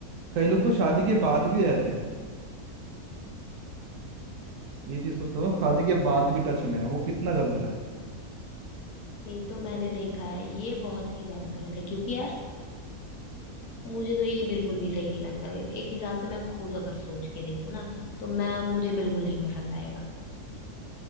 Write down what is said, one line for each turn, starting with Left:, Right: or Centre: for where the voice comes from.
Right: कई लोग तो शादी के बाद भी रहते हैं ये चीज सोच के देखो, शादी के बाद भी टच में है वो कितना गलत है
Left: ये तो मैंने देखा है ये बहुत ही ज्यादा गलत है क्योंकि यार मुझे तो ये बिल्कुल भी सही नहीं लगता एक हिसाब से मैं खुद अगर सोच के देखूँ ना तो मैं मुझे बिल्कुल नहीं पसंद आएगा